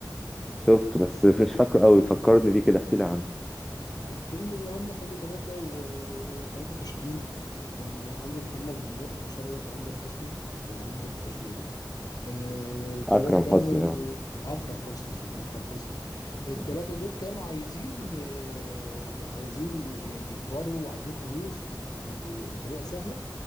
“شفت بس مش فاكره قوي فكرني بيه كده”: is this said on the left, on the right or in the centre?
Centre